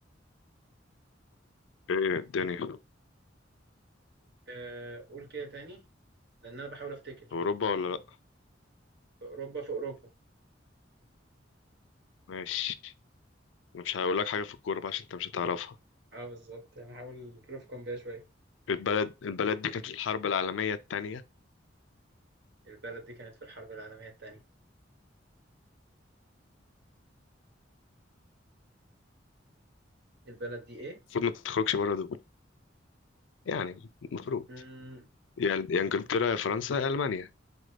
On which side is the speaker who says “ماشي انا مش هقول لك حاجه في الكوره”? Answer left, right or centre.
Left